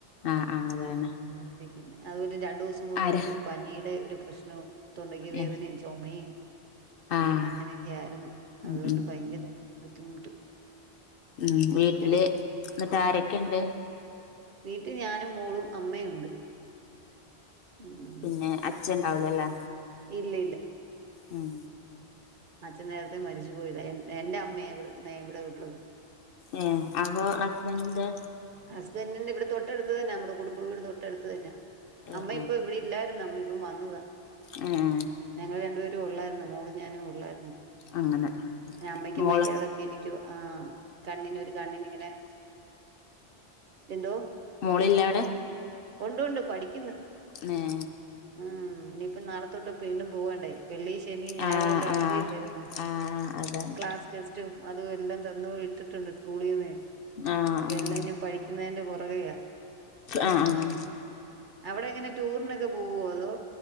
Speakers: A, on the left (about 65°); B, on the right (about 55°).
A: ആഹ് അതാണ്
B: ആഹ് അങ്ങനെരിക്കുന്നു, അതുകൊണ്ട് രണ്ട് ദിവസം കൊണ്ട്
A: ആരാ
B: എനിക്കൊരു പനി ടെ ഒരു പ്രശ്നം തൊണ്ടകി വേദനയും
A: ഏഹ്
B: ചൊമയും
A: ആഹ്
B: അങ്ങനെയൊക്കെയാരുന്നു.
A: ഉം
B: അത് കൊണ്ട്
A: ഉം
B: ഭയങ്കര ബുദ്ധിമുട്ട്
A: ഉം. വീട്ടില്
B: ഇടയ്ക്ക്
A: ന്നട്ടാരൊക്കെണ്ട്
B: വീട്ടിൽ ഞാനും മോളും അമ്മയുംഉണ്ട് ഉം
A: പിന്നേ അച്ഛണ്ടാവൂലല്ലെ
B: ഇല്ലി ഇല്ല
A: ഉം
B: അച്ഛൻ നേരത്തെ മരിച്ചു പോയതാ, എൻ എന്റെ അമ്മയാ ഇവിട ഇവിടെ ഉള്ളത്
A: ഏഹ് അപ്പോ ഹസ്ബൻഡിന്റെ
B: ഹസ്ബന്റിന്റെ ഇവിടെ തൊട്ടടുത്ത് തന്നാ. നമ്മുടെ കുടുംബവീട് തൊട്ടടുത്ത് തന്നാ.
A: ഏഹ്
B: അമ്മ ഇപ്പൊ ഇവര് ഇല്ലായിരുന്നു അമ്മ ഇപ്പം വന്നതാ
A: ഉം
B: ഞങ്ങള് രണ്ടുപേരും ഒള്ളായിരുന്നു. മോളും ഞാനും ഒള്ളായിരുന്നു
A: അങ്ങനെ
B: പിന്നമ്മയ്ക്കും
A: മോള്
B: വയ്യാതൊക്കെ ഇരിക്കുവാ, ആഹ് കണ്ണിന് ഒരു കണ്ണിനിങ്ങനെ എന്തോ,
A: മോളില്ലേ അവിടെ
B: ഒണ്ട്ണ്ട് പഠിക്ക്ന്ന്
A: ന്നേ..
B: ഉം ഇനിയിപ്പം നാളെത്തൊട്ട് പീണ്ടും പോവണ്ടേ, വെള്ളി ശനി ഞായറു
A: ആഹ്
B: എല്ലാം അവ
A: ആഹ്
B: ധി യെല്ലായിരുന്നോ.
A: ആഹ് അതാണ്
B: ക്ലാസ് ടെസ് റ്റും അതു എല്ലാം തന്ന് വിട്ടിട്ടുണ്ട് സ്കൂളിന്നേ
A: ആഹ്
B: അപ്പ
A: ആഹ്
B: എല്ലാഞ്ഞം പഠിക്കുന്നേന്റെ പൊറകയാ
A: ആഹ് ആഹ് ആഹ്
B: അവടെ എങ്ങനെ ടൂറിനൊക്കെ പോവോ അതോ